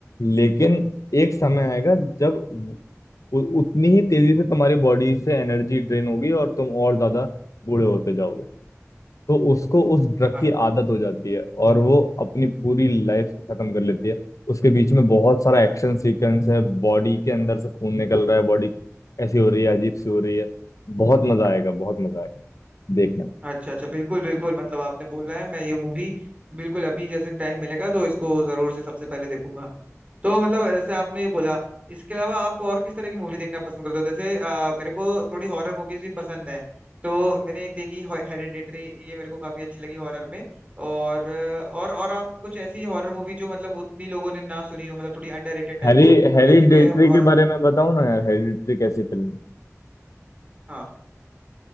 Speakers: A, on the left (about 80°); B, on the right (about 25°).
A: लेकिन एक समय आएगा जब उ, उतनी ही तेजी से तुम्हारी बॉडी से एनर्जी ड्रेन होगी और तुम और ज्यादा बूढ़े होते जाओगे तो उसको उस ड्रग
B: अ-
A: की आदत हो जाती है और वो अपनी पूरी लाइफ खत्म कर लेती है उसके बीच में बहुत सारा एक्शन सीक्वेंस है बॉडी के अंदर से खून निकल रहा है बॉडी ऐसी हो रही है अजीब सी हो रही है बहुत मजा आएगा बहुत मजा आएगा देखना
B: अच्छा अच्छा बिल्कुल बिल्कुल मतलब आपने बोला है मैं ये मूवी बिल्कुल अभी जैसे टाइम मिलेगा तो इसको जरूर से सबसे पहले देखूंगा तो मतलब जैसे आपने ये बोला इसके अलावा आप और किस तरह की मूवी देखना पसंद करते हो जैसे अ, मेरे को थोड़ी हॉरर मूवीज भी पसंद है तो मैंने एक देखी हेरेडिटरी ये मेरे को काफी अच्छी लगी हॉरर में और अ, और और आप कुछ ऐसी हॉरर मूवी जो मतलब उतनी लोगों ने ना सुनी हो मतलब थोड़ी अंडररेटेड टाइप
A: हैरी
B: हो
A: हेरिडेटरी
B: ऐसी कोई हॉरर
A: के
B: मूवी
A: बारे में बताओ ना यार हेरिडेटरी कैसी फिल्म है?
B: हाँ